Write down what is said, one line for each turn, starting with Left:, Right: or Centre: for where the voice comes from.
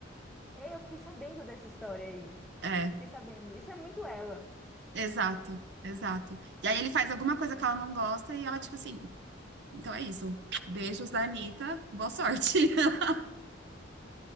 Centre: É, Eu fiquei sabendo dessa história aí.
Right: É,
Centre: Fiquei sabendo. Isso é muito ela.
Right: exato, exato. E aí ele faz alguma coisa que ela não gosta e ela, tipo assim, então é isso. Beijos da Anitta, boa sorte. <laughs>